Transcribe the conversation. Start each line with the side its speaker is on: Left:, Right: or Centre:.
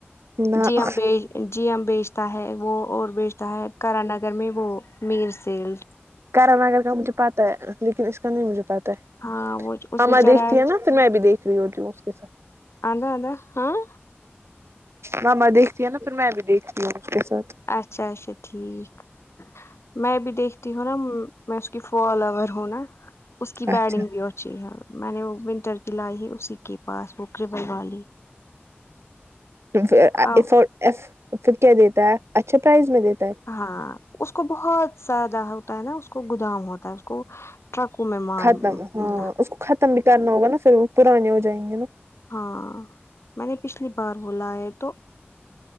Right: نہ
Left: جی ہم بیچ جی ہم بیچتا ہے وہ اور بیچتا ہے کرا نگر میں وہ میر سیلڈ
Right: کر اگر کا مجھ پتا لیکن اسکا نہیں مجھے پتہ ہے
Left: ہاں وہ اس
Right: ماما
Left: نے چڑھا
Right: دیکھتی ہیں نا پھر میں بھی دیکھ رہی ہوتی ہوں اس کے ساتھ
Left: اد ادا ہاں
Right: ماما دیکھتی ہیں نا پھر میں بھی دیکھتی ہوں اس کے ساتھ
Left: اچھا اچھا ٹھیک میں بھی دیکھتی ہوں نا میں اس کیفولور ہوں نا اس کی بیڈنگ
Right: اچھا
Left: بھی ہوتی جی ہاں میں نے وہ ونٹر کی لائی ہے اسی کے پاس وہک کربل والی
Right: پھر
Left: اب
Right: ا فور یف پھر کہ دیتا ہے اچھا پرائز میں دیتا ہے
Left: ہاں اس کو بہت زیادہ ہوتا ہے نا اس کو گودام ہوتا ہے اس کو ٹرکو میں مال
Right: ختم ہاں
Left: مہ
Right: اس کو ختم بھی کرنا ہوگا نا پر وہ پرانے ہو جائیں گے نا
Left: ہاں میں نے پچھلی بار بولا ہے تو